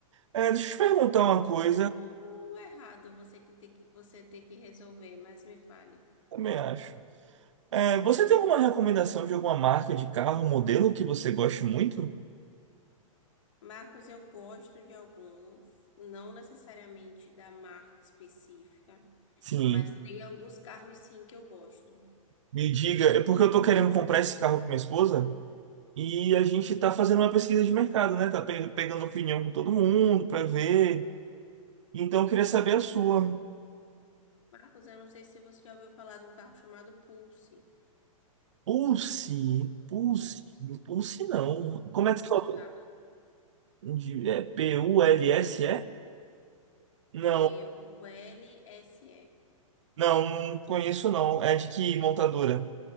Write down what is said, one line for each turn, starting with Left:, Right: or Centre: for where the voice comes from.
Right: É, deixa eu te perguntar uma coisa,
Left: É um pouco errado você que ter que, você ter que resolver, mas me fale.
Right: também acho. É, você tem alguma recomendação de alguma marca de carro, modelo que você goste muito?
Left: Marcos, eu gosto de alguns, não necessariamente da marca específica.
Right: Sim,
Left: Mas tem alguns carros sim que eu gosto.
Right: me diga, é porque eu tô querendo comprar esse carro com minha esposa e a gente tá fazendo uma pesquisa de mercado, né? Tá pe- pegando opinião com todo mundo pra ver. Então eu queria saber a sua.
Left: Marcos, eu não sei se você já ouviu falar de um carro chamado Pulse.
Right: Pulse, Pulse,
Left: Pulse.
Right: Pulse não. Como
Left: De
Right: é
Left: Pulsar.
Right: que fala? De- É P-U-L-S-E? Não,
Left: P-U-L-S-E.
Right: não, não conheço não. É de que montadora?